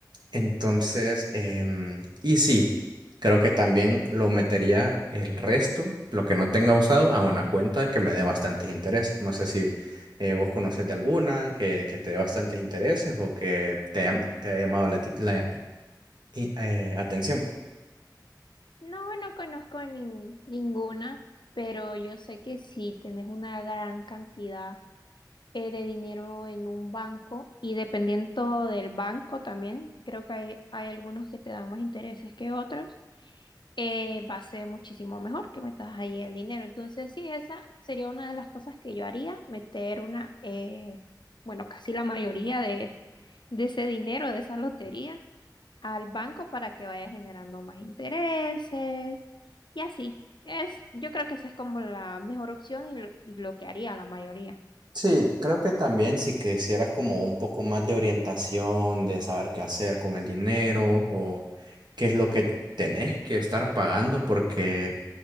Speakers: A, on the right (about 70°); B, on the left (about 85°).
A: Entonces, em, y sí, creo que también lo metería el resto, lo que no tenga usado, a una cuenta que me dé bastantes intereses. No sé si eh, vos conoces de alguna que, que te dé bastantes intereses o que te haya, te haya llamado la, ti- la i- eh, atención.
B: No, no conozco nin- ninguna, pero yo sé que si tenés una gran cantidad eh, de dinero en un banco y dependiendo del banco también, creo que hay, hay algunos que te dan más intereses que otros, eh, va a ser muchísimo mejor que metas ahí el dinero. Entonces, sí, esa sería una de las cosas que yo haría, meter una, eh, bueno, casi la mayoría de, de ese dinero, de esa lotería, al banco para que vaya generando más intereses y así. Es, yo creo que esa es como la mejor opción y lo- y lo que haría la mayoría.
A: Sí, creo que también si quisieras como un poco más de orientación, de saber qué hacer con el dinero o qué es lo que tenés que estar pagando, porque